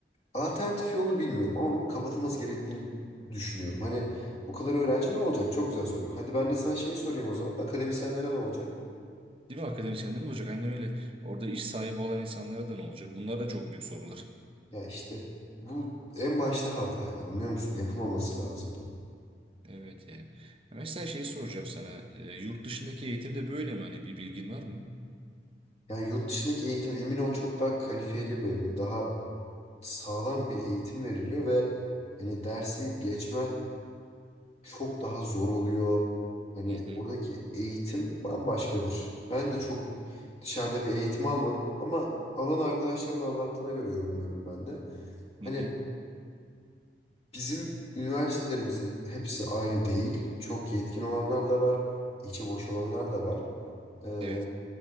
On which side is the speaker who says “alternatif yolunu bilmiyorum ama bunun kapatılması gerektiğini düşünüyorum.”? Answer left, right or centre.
Left